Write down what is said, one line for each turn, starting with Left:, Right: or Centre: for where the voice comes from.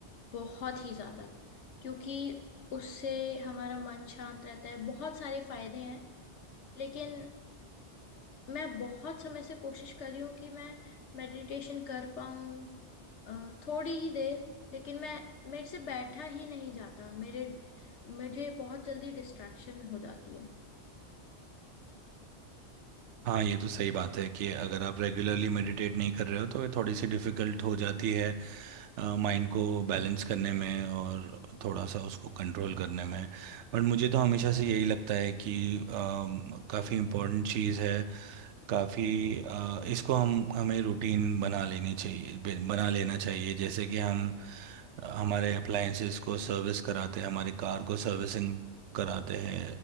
Left: बहुत ही ज्यादा क्योंकि उससे हमारा मन शांत रहता है बहुत सारे फायदे हैं लेकिन मैं बहुत समय से कोशिश कर रही हूँ कि मैं मेडिटेशन कर पाऊँ अ, थोड़ी ही देर लेकिन मैं मेरे से बैठा ही नहीं जाता मेरे मुझे बहुत जल्दी डिस्ट्रैक्शन हो जाती है
Right: हाँ ये तो सही बात है कि अगर आप रेगुलरली मेडिटेट नहीं कर रहे हो तो ये थोड़ी सी डिफिकल्ट हो जाती है माइंड को बैलेंस करने में और थोड़ा सा उसको कंट्रोल करने में बट मुझे तो हमेशा से यही लगता है कि काफ़ी इम्पोर्टेंट चीज़ है काफ़ी इसको हम हमें रूटीन बना लेनी चाहिए बे- बना लेना चाहिए जैसे कि हम अ, हमारे अप्लायंसेस को सर्विस कराते हैं हमारी कार को सर्विसिंग कराते हैं